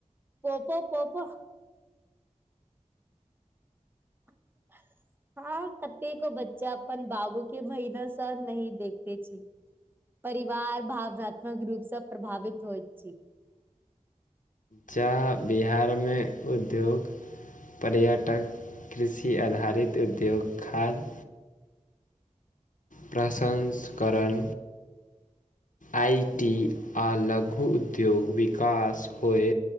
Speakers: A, on the right; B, on the left.
A: पोको पोको <inaudible> हां कतेको बच्चा अपन बाबू के महिनासँ नही देखते छै। परिवार भावनात्मक रूपसे प्रभावित होइत छी।
B: जहां बिहारमे उद्योग पर्यटक, कृषि आधारित, उद्योग खाद्य प्रशंसकरण आई टी, आ लघु उद्योग, विकास होय